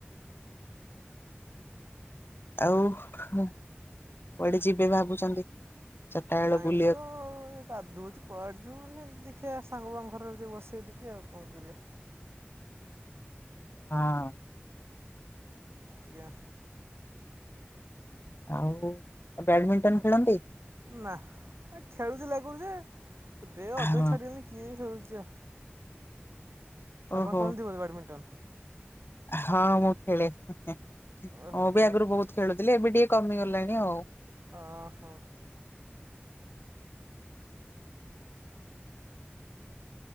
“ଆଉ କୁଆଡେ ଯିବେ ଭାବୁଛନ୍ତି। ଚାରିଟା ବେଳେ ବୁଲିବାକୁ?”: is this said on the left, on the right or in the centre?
Left